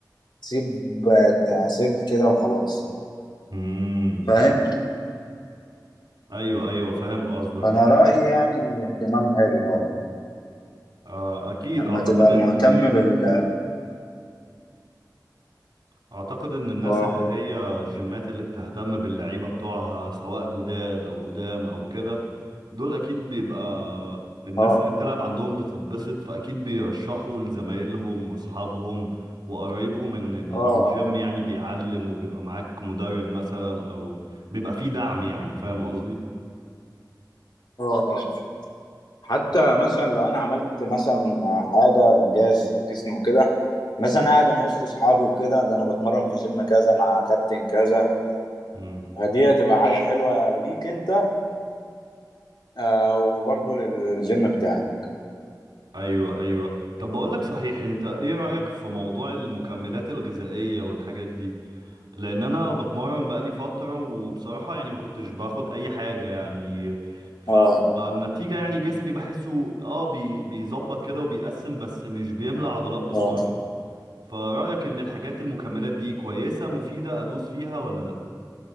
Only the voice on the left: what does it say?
سيب تعسيب كده وخلاص
فاهم
فانا رأيي يعني الاهتمام حلو يعني.
لما
تبقى
مهتم بال
اه
اه
اه
اه اه حتى
مثلا لو انا عملت مثلا حاجة انجاز في جسمي وكده مثلا قاعد انا وسط اصحابي وكده ده انا بتمرن في جيم كذا مع كابتن كذا
فدي هتبقى حاجة حلوة ليك انت آه وبرضه للجيم بتاعك
اه
اه